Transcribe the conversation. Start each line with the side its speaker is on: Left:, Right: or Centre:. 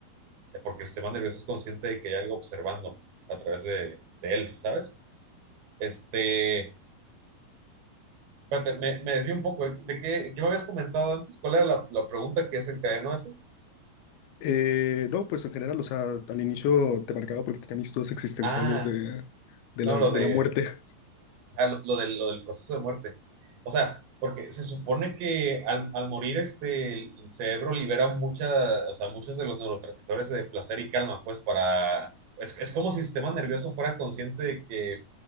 Right: eh, porque el sistema nervioso es consciente de que hay algo observando a través de, de él, ¿sabes? Este, espérate, me, me desvío un poco. ¿De de qué, qué me habías comentado antes? ¿Cuál era la, la pregunta que desencadenó eso?
Left: Eh, no, pues en general, o sea, al inicio te marcaba porque tenía mis dudas existenciales
Right: Ah,
Left: de, de
Right: no,
Left: la,
Right: lo
Left: de
Right: de,
Left: la muerte. <laughs>
Right: ah, lo, lo del, lo del proceso de muerte. O sea, porque se supone que al, al morir este, el cerebro libera mucha, o sea, muchos de los neurotransmisores de placer y calma, pues para... Es, es como si el sistema nervioso fuera consciente de que